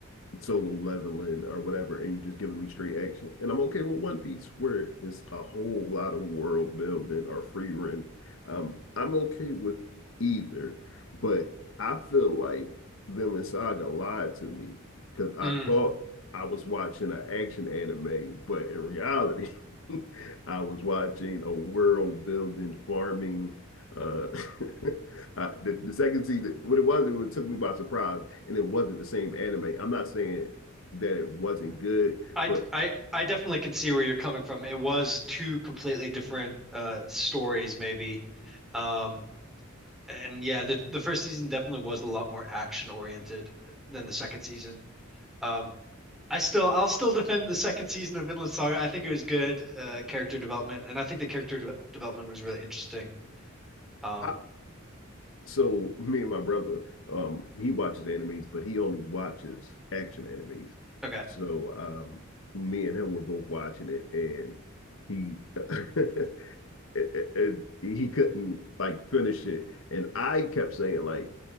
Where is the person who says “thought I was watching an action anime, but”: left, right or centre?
Left